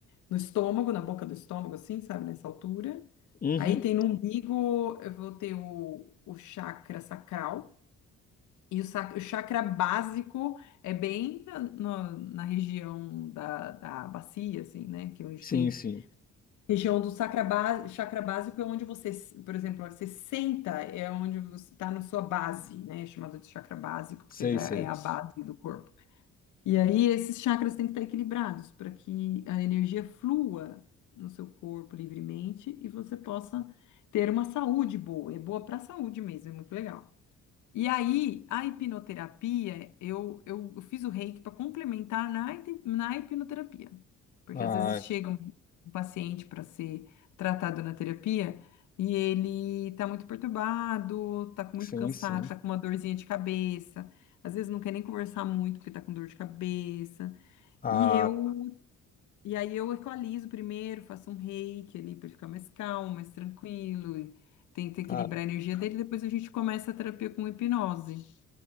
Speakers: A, on the left (about 75°); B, on the left (about 30°).
A: no estômago, na boca do estômago, assim, sabe, nessa altura.
B: Uhum.
A: Aí tem no umbigo, eu vou ter o, o chakra sacral. E o, sac- o chakra básico é bem na, na na região da, da bacia, assim, né? Que é onde
B: Sim,
A: tem
B: sim.
A: Região do sacra ba- chakra básico é onde você, se- por exemplo, ó, você senta, é onde você está na sua base, né? É Chamado de chakra básico,
B: Sei,
A: porque é da-
B: sei.
A: é a base do corpo. E aí esses chakras têm que estar equilibrados para que a energia flua no seu corpo livremente e você possa ter uma saúde boa. É boa para a saúde mesmo, é muito legal. E aí, a hipnoterapia, eu, eu, eu fiz o reiki para complementar na, hip- na hipnoterapia. Porque
B: Ah,
A: às vezes chega um um paciente para ser tratado na terapia e ele tá muito perturbado, tá com- muito
B: sim,
A: cansado,
B: sim.
A: tá com uma dorzinha de cabeça. Às vezes não quer nem conversar muito porque tá com dor de cabeça.
B: Ah,
A: E eu, e aí eu equalizo primeiro, faço um reiki ali para ele ficar mais calmo, mais tranquilo, e tento equilibrar
B: cara,
A: a energia dele, depois a gente começa a terapia com hipnose.